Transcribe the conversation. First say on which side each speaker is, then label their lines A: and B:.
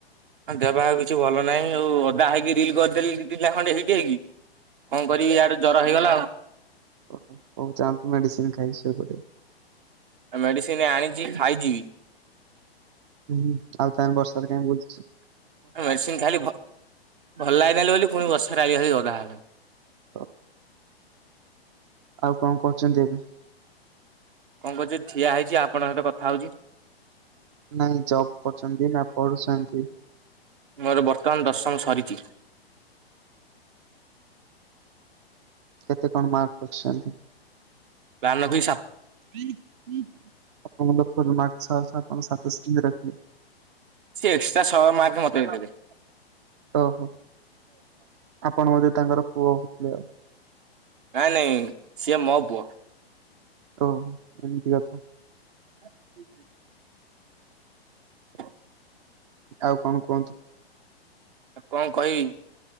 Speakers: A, on the right; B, on the right.
A: ହ ଦେହ ବା କିଛି ଭଲ ନାହିଁ। ଆଉ ଓଦା ହେଇକି ରିଲ କରିଦେଲି ଦି ତିନି ଟା ଖଣ୍ଡେ ହିଟ୍ ହେଇକି। କଣ କରିବି ଇୟାଡୁ ଜର ହେଇଗଲା ଆଉ।
B: ଓ ହ ହଉ ଯାଆନ୍ତୁ ମେଡିସନ୍ ଖାଇକି ସୋଇପଡ଼ିବେ।
A: ମେଡିସିନ ଆଣିଛି ଖାଇଛି ବି।
B: ହୁଁଁ ଆଉ ତାନେ ବର୍ଷା ରେ କାହିଁ ବୁଲୁଛୁ।
A: ମେଡିସିନ ଖାଇଲି ଭ ଭଲ ଲାଗିଲାନି ବୋଲି। ପୁଣି ବର୍ଷାରେ ଆଇଲି ଭାଇ ଓଦା ହବାପାଇଁ।
B: ହଁ। ଆଉ କଣ କରହୁଛନ୍ତି ଏବେ?
A: କଣ କରୁଛୁ ଠିଆ ହେଇଛି ଆପଣଙ୍କ ସହିତ କଥା ହଉଛି।
B: ନାଇଁ ଜବ୍ କରୁଛନ୍ତି ନା ପଢୁଛନ୍ତି।?
A: ମୋର ବର୍ତ୍ତମାନ୍ ଦଶମ ସରିଛି।
B: କେତେ କଣ ମାର୍କ ରଖିଛନ୍ତି?
A: ଲାଲ ଅଫି
B: <unintelligible>
A: ସେି ଏକ୍ସଟ୍ରା <unintelligible> ମାର୍କ ମତେ ଦେଇଦେବେ
B: ଓହୋ ଆପଣ ବୋଧେ ତାଙ୍କର ପୁଅ ହଉଥିଲେ ଆଉ
A: ନାଇଁ ନାଇଁ ସିଏ ମୋ ପୁଅ।
B: ଓ <unintelligible>
A: <inaudible> <inaudible>
B: ଆଉ କଣ କୁହନ୍ତୁ
A: ଆ କଣ କହିବି।